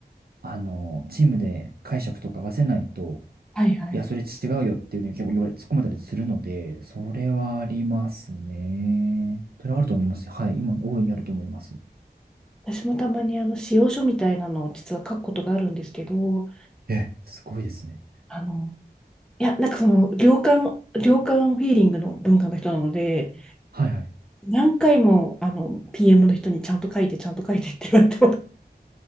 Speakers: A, on the right; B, in the centre.
A: あのチームで解釈とか合わせないと、
B: はいはい。
A: いや、それ違うよっていうふうに結構言われ、突っ込まれたりするので、それはありますね。それはあると思いますよ。はい。今、大いにあると思います。
B: 私もたまにあの、仕様書みたいなのを実は書くことがあるんですけど、
A: え、すごいですね。
B: あの、いや、なんかその、良寛、良寛フィーリングの文化の人なので、
A: はいはい。
B: 何回も、あの、PM の人にちゃんと書いて、ちゃんと書いてって言われてます。